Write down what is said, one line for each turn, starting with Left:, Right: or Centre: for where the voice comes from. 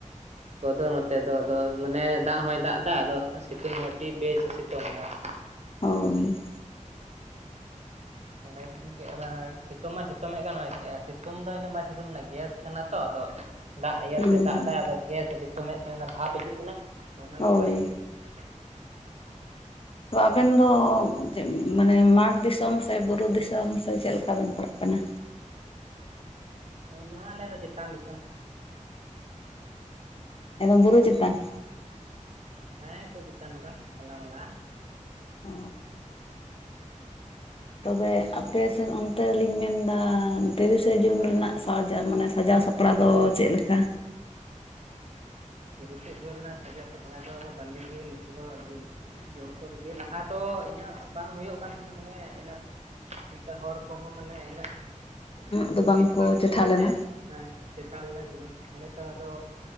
Right: ᱠᱚᱫᱚ ᱱᱚᱛᱮ ᱫᱚ ᱟᱫᱚ ᱢᱟᱱᱮ ᱫᱟᱜ ᱦᱚᱭ ᱫᱟᱜ ᱮᱫᱟ ᱟᱫᱚ ᱥᱤᱛᱩᱝ ᱦᱚᱸ ᱟᱹᱰᱤ ᱵᱮᱥ ᱮ ᱥᱤᱛᱩᱝ ᱮᱫᱟ ᱾
Left: ᱦᱚᱭ
Right: ᱢᱟᱱᱮ ᱥᱤᱛᱩᱝ ᱢᱟᱭ ᱥᱤᱛᱩᱝ ᱮᱫ ᱠᱟᱱᱟᱭ ᱥᱤᱛᱩᱝ ᱫᱚ ᱤᱱᱟᱹ ᱩᱱᱟᱹᱜ ᱵᱟᱭ ᱥᱤᱛᱩᱝ ᱮᱱᱟ ᱜᱮᱥ ᱠᱟᱱᱟ ᱛᱚ ᱟᱫᱚ ᱫᱟᱜ ᱤᱭᱟ
Left: ᱦᱩᱸ
Right: ᱛᱮ ᱫᱟᱜ ᱫᱟᱭ ᱟᱫᱚ ᱜᱮᱥ ᱥᱮ ᱥᱤᱛᱩᱝᱮᱫ ᱛᱮ ᱵᱷᱟᱯ ᱦᱤᱡᱩᱜ ᱠᱟᱱᱟ ᱾ ᱚᱱᱟ
Left: ᱦᱳᱭ
Right: ᱜᱮ ᱵᱟᱲᱤᱡ ᱜᱮ <unintelligible>
Left: ᱛᱚ ᱟᱵᱮᱱ ᱫᱚ ᱢᱟᱱᱮ ᱢᱟᱨᱴᱷ ᱫᱤᱥᱚᱢ ᱥᱮ ᱵᱩᱨᱩ ᱫᱤᱥᱚᱢ ᱥᱮ ᱪᱮᱫ ᱞᱮᱠᱟ ᱵᱮᱱ ᱯᱟᱲᱟᱜ ᱠᱟᱱᱟ?
Right: ᱚᱱᱟ ᱟᱞᱮ ᱫᱚ ᱪᱮᱛᱟᱱ ᱫᱤᱥᱚᱢ᱾
Left: ᱮᱫᱚᱢ ᱵᱩᱨᱩ ᱪᱮᱛᱟᱱ
Right: ᱦᱮᱸ ᱠᱟᱹᱡ ᱪᱮᱛᱟᱱ ᱦᱚ ᱵᱟᱝ ᱛᱟᱞᱟ ᱢᱟᱞᱟ ᱾
Left: ᱚ ᱛᱚᱵᱮ ᱟᱯᱮ ᱥᱮᱫ ᱚᱱᱛᱮ ᱞᱤᱧ ᱢᱮᱱᱫᱟ ᱛᱤᱨᱤᱥᱟ ᱡᱩᱱ
Right: ᱦᱳᱭ
Left: ᱨᱮᱱᱟᱜ ᱥᱟᱡᱟᱣ ᱢᱟᱱᱮ ᱥᱟᱡᱟᱣ ᱥᱟᱯᱲᱟᱣ ᱫᱚ ᱪᱮᱫ ᱞᱮᱠᱟ?
Right: ᱛᱤᱨᱤᱥᱟ ᱡᱩᱱ ᱨᱮᱱᱟᱜ ᱥᱟᱡᱟᱣ ᱥᱟᱯᱲᱟᱣ ᱫᱚ ᱵᱷᱟᱞᱤ ᱜᱮ ᱱᱤᱛᱮ ᱫᱚ ᱟᱹᱰᱤ ᱡᱚᱨ ᱥᱚᱨ ᱜᱮ ᱞᱟᱦᱟ ᱫᱚ ᱤᱱᱟᱹᱜ ᱵᱟᱝ ᱦᱩᱭᱩᱜ ᱠᱟᱱ ᱛᱟᱦᱮᱱᱟ ᱢᱟᱱᱮ ᱤᱱᱟᱹᱜ ᱚᱱᱠᱟ ᱦᱚᱲ ᱠᱚᱦᱚᱸ ᱢᱟᱱᱮ ᱤᱱᱟᱹᱜ
Left: ᱩᱱᱟᱹᱜ ᱫᱚ
Right: ᱡᱩᱢᱤᱫ
Left: ᱵᱟᱝᱠᱚ
Right: ᱵᱟᱠᱚ
Left: ᱪᱮᱴᱷᱟ
Right: ᱛᱟᱦᱮᱸ ᱠᱟᱱ
Left: ᱞᱮᱱᱟ
Right: ᱛᱟᱦᱮᱸ ᱦᱮᱸ᱾ <unintelligible> ᱡᱩᱢᱤᱫᱽ ᱱᱤᱛᱚᱜ ᱫᱚ